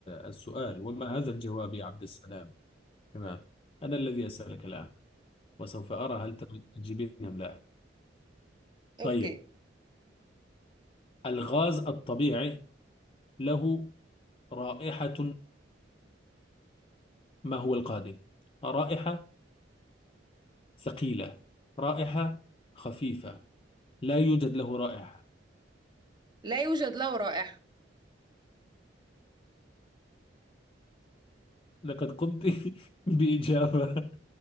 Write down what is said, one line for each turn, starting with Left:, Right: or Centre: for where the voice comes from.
Left: السؤال وما هذا الجواب يا عبد السلام تمام أنا الذي أسألك الآن وسوف أرى هل تجيبين أم لا
Right: اوكي
Left: طيب الغاز الطبيعي له رائحة ما هو القادم؟ رائحة ثقيلة رائحة خفيفة لا يوجد له رائحة
Right: لا يوجد له رائحة
Left: لقد قمت <laughs> بإجابة